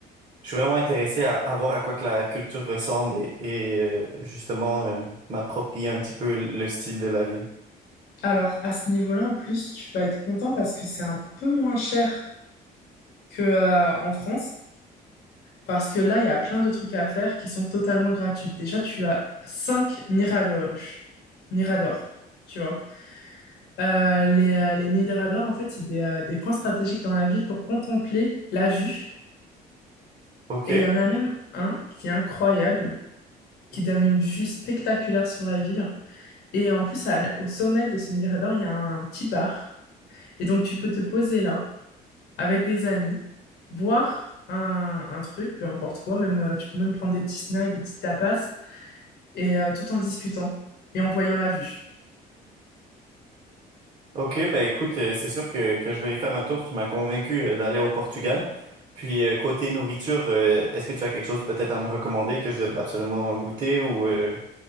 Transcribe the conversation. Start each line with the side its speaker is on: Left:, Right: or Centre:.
Right: je suis vraiment intéressé à, à voir à quoi que la culture ressemble et, et, euh, justement euh, m'approprier un petit peu le style de la ville.
Left: Alors, à ce niveau-là, en plus, tu vas être content parce que c'est un peu moins cher que, euh, en France. Parce que là, il y a plein de trucs à faire qui sont totalement gratuits. Déjà, tu as 5 miradors. Miradors, tu vois. Euh, les, euh, les miradors, en fait, c'est des, euh, des points stratégiques dans la ville pour contempler la vue.
Right: Ok.
Left: Et il y en a même un qui est incroyable, qui donne une vue spectaculaire sur la ville. Et en plus, à- au sommet de ce mirador, il y a un petit bar. Et donc, tu peux te poser là avec des amis, boire un, un truc, peu importe quoi. Même, euh, tu peux même prendre des petits snacks, des petites tapas, et euh, tout en discutant et en voyant la vue.
Right: Ok, ben écoute, euh, c'est sûr que, que je vais y faire un tour. Tu m'as convaincu euh, d'aller au Portugal. Puis euh, côté nourriture, euh, est-ce que tu as quelque chose peut-être à me recommander que je devrais absolument goûter ou euh,